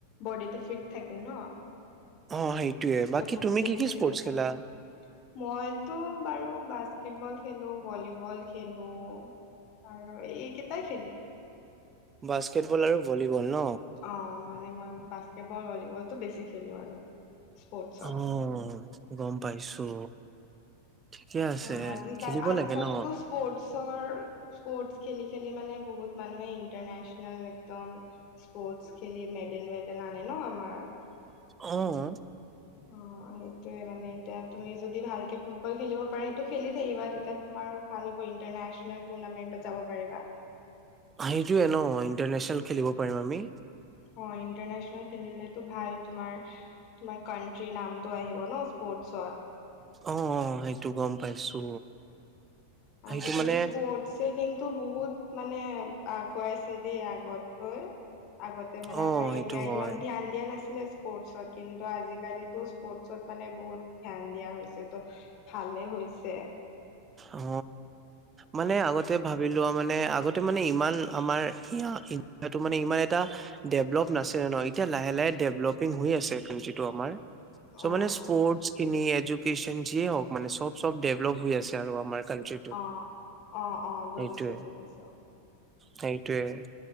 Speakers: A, on the left; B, on the right.
A: বডিটো ফিট থাকে ন।
B: অ সেইটোয়ে
A: স্পৰ্ট
B: বাকী তুমি
A: খেলি
B: কি কি
A: থাকিলে
B: স্পৰ্টছ
A: ভাল।
B: খেলা
A: মই তো বাৰু বাস্কেটবল খেলোঁ‌ ভলীবল খেলোঁ‌। আৰু এইকেটাই খেলো।
B: বাস্কেটবল আৰু ভলীবল ন
A: অঁ মানে মই বাস্কেটবল ভলীবলটো বেছি খেলো আৰু স্পৰ্টছত
B: উম গম পাইছো। ঠিকে আছে
A: অঁ আজিকাল
B: খেলিব
A: আজিকালিতো
B: লাগে ন
A: স্পৰ্টছৰ স্পৰ্টচ খেলি খেলি মানে বহুত মানুহে ইণ্টাৰনেচনেল একদম স্পৰ্ট খেলি মেডেল মেডেল আনে ন আমাৰ
B: অঁ
A: অঁ সেইটোৱে মানে এতিয়া তুমি যদি ভালকে ফুটবল খেলিব পাৰা সেইটো খেলি থাকিবা তেতিয়া তুমাৰো ভাল হ'ব ইণ্টাৰনেচনেল টুৰ্ণামেন্টত যাব পাৰিবা
B: সেইটোয়ে ন ইণ্টাৰনেচনেল খেলিব পাৰিম আমি।
A: অ ইণ্টাৰনেচনেল খেলিলেটো ভাল তোমাৰ তোমাৰ কাট্ৰি নামতটো আহিব ন স্পৰ্ট ছত
B: আহ অঁ সেইটো গম পাইছো। সেইটো
A: আজিকালি
B: মানে
A: স্পৰ্টচ কিন্তু বহুত মানে আগুৱাইছে দেই আগত কৈ আগতে মানে
B: অ
A: আমাৰ
B: সেইটো
A: ইণ্ডিয়া
B: হয়
A: ইমান ধ্যান দিয়া নাছিল। স্পৰ্টছত কিন্তু আজিকালিতো স্পৰ্টচত মানে বহুত ধ্যান দিয়া হৈছে ত ভাল। ভালে হৈছে
B: অ মানে আগতে ভাবি লোৱা মানে আগতে মানে ইমান আমাৰ ইণ্ডিয়াটো মানে ইমান এটা ডেভলপ নাছিলে ন এতিয়া লাহে লাহে ডেভলপ সি হৈ আছে ক্রাঞ্চি টো আমাৰ চো
A: অ',
B: মানে স্পট খিনি এডুকেচন যিয়ে হওক মানে চব চব ডেভলপ হৈ আছে। আৰু আমাৰ কাউন্ট্ৰী তো,
A: অ'। অ', অ',
B: সেইটোৱে
A: বুজিছো বুজিছো
B: সেইটোৱে